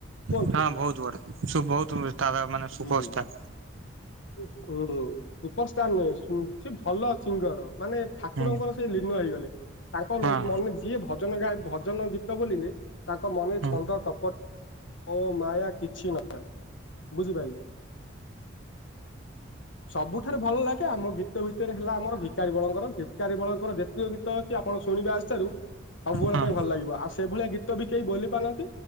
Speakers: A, on the left; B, on the right.
A: କୁହନ୍ତୁ।
B: ହୁଁ ହୁଁ ହଁ ବହୁତ ବଡ, ସେ ବହୁତ ତାରା ମାନେ ସୁପରଷ୍ଟାର୍।
A: ହୁଁ। ହୁଁ ରୁ ସୁପର ଷ୍ଟାର ନୁହେଁ ଶୁ ସେ ଭଲ ସିଙ୍ଗର। ମାନେ ଠାକୁରଙ୍କର
B: ହୁଁ
A: ସେ ଲୀନ ହେଇଗଲେ ତାଙ୍କ
B: ହୁଁ
A: ଲୋ ମନେ ଯିଏ ଭଜନ ଗାଏ ଭଜନ ଗୀତ ବୋଲିଲେ ତାଙ୍କ ମନରେ
B: ହଁ
A: ଛନ୍ଦ କପଟ। ମୋହ ମାୟା କିଛି ନଥାଏ। ବୁଝିପାରିଲେ, ସବୁ ଠାରୁ ଭଲ ଲାଗେ ଆମ ଗୀତ ଭିତରେ ହେଲା ଆମର ଭିକାରୀ ବଳଙ୍କର ଭିକାରୀ ବଳଙ୍କର ଯେତିକି ଗୀତ ଅଛି ଆପଣ ଶୁଣିବେ ଆସିଠାରୁ। ସବୁବେଳେ
B: ହଁ ହଁ
A: ପାଇଁ ଭଲ ଲାଗିବ ଆଉ ସେଭଳିଆ ଗୀତ ବି କେହି ବୋଲି ପାରୁନାହାନ୍ତି